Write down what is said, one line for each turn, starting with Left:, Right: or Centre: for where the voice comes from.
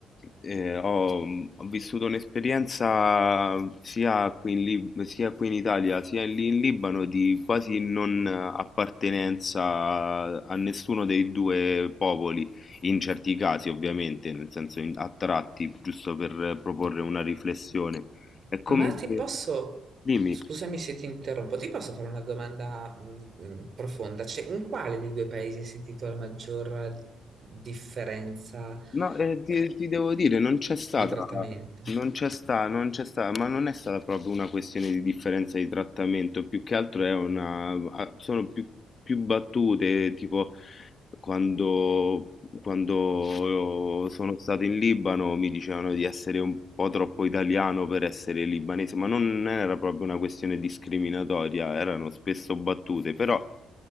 Left: eh, ho, ho vissuto un'esperienza sia qui in Lib- sia qui in Italia sia lì in Libano di quasi non appartenenza a, a nessuno dei due popoli, in certi casi ovviamente, nel senso in- a tratti, giusto per proporre una riflessione. È come
Right: Ma ti
Left: se...
Right: posso,
Left: Dimmi.
Right: scusami se ti interrompo, ti posso fare una domanda mm, mm, profonda? Cioè, in quale dei due paesi hai sentito la maggior differenza
Left: No, eh, ti,
Right: eh,
Left: ti devo dire, non c'è stata,
Right: di trattamento?
Left: non c'è sta, non c'è sta, ma non è stata proprio una questione di differenza di trattamento, più che altro è una, ah, sono più, più battute, tipo Quando, quando sono stato in Libano mi dicevano di essere un po' troppo italiano per essere libanese, ma non era proprio una questione discriminatoria, erano spesso battute, però